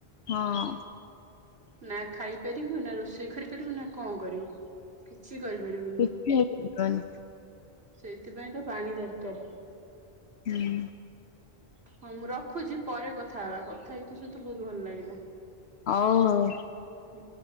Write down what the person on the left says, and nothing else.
ହଁ।
କିଛି ହେଇପାରିବନି
ହୁଁ
ହଉ ଆଉ।